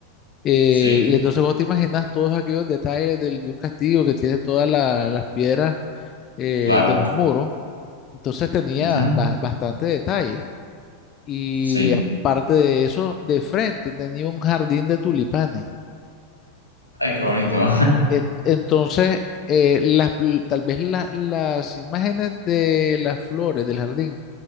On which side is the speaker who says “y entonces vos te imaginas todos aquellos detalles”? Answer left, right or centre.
Left